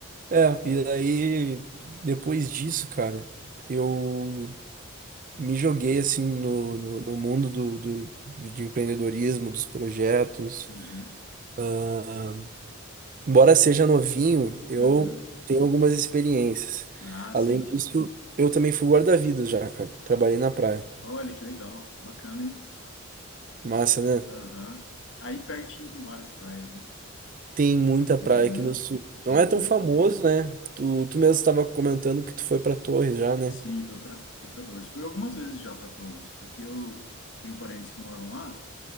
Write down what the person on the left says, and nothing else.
uhum,
uhum.
Ah,
sim.
Olha que legal, bacana, hein?
Aham. Aí pertinho tem várias praias, né?
Uhum,
uhum.
Sim, fui para fui para Torres. Fui algumas vezes já para Torres, porque eu tenho parentes que moram lá